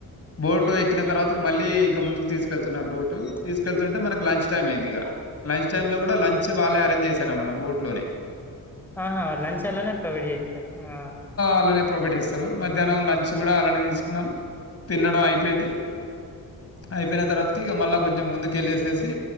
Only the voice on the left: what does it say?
బోటు ఎక్కిన తర్వాత మళ్ళీ ఇంకా ముందుకు తీసుకెళ్తున్నారు బోటు తీసుకెళ్తుంటే మనకు లంచ్ టైమ్ అయింది ఇగా లంచ్ టైమ్ లో కూడా లంచ్ వాళ్ళే అరేంజ్ చేశారనమాట బోట్ లోనే
అలానే ప్రొవైడ్ చేస్తారు మధ్యాహ్నం లంచ్ కూడా అలానే తీసుకున్నాం తినడం అయిపోయింది అయిపోయిన తర్వాతకి ఇగ మళ్ళా కొంచం ముందుకెళ్ళేసేసి